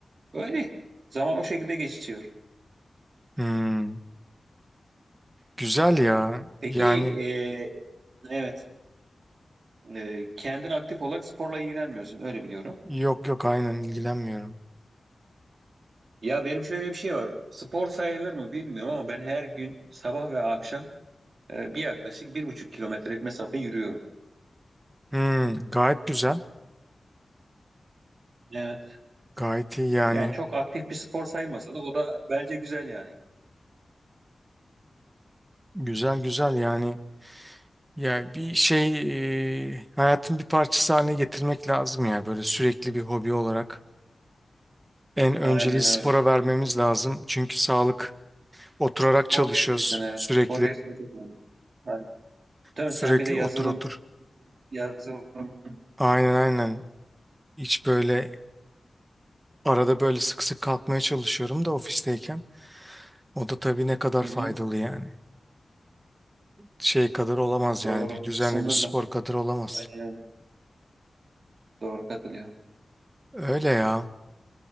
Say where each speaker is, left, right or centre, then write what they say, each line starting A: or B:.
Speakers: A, on the right (about 70°); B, on the right (about 20°).
A: Öyle. Zaman o şekilde geçiyor.
B: Hmm. Güzel ya.
A: Peki
B: Yani
A: e, evet e, kendin aktif olarak sporla ilgilenmiyorsun öyle biliyorum.
B: yok yok aynen ilgilenmiyorum.
A: Ya benim şöyle bir şey var. Spor sayılır mı bilmiyorum ama ben her gün sabah ve akşam e, bir yaklaşık bir buçuk kilometrelik mesafe yürüyorum.
B: Hmm, gayet güzel.
A: Evet.
B: Gayet iyi yani.
A: Yani çok aktif bir spor sayılmasa da o da bence güzel yani.
B: Güzel güzel yani. Ya bir şey e, hayatın bir parçası haline getirmek lazım ya. Böyle sürekli bir hobi olarak. En önceliği
A: Aynen
B: spora
A: öyle.
B: vermemiz lazım. Çünkü sağlık oturarak
A: Spor
B: çalışıyoruz
A: gerçekten evet.
B: sürekli.
A: Spor gerçekten çok önemli. Aynen. Dön
B: Sürekli
A: sen bir de yazılım
B: otur otur.
A: yazılım. Hı
B: Aynen aynen. Hiç böyle arada böyle sık sık kalkmaya çalışıyorum da ofisteyken. O da tabii ne kadar
A: hı.
B: faydalı yani. şey kadar olamaz
A: Doğru.
B: yani bir düzenli
A: Sınırlı.
B: bir spor kadar olamaz.
A: Aynen öyle. Doğru katılıyorum.
B: Öyle ya.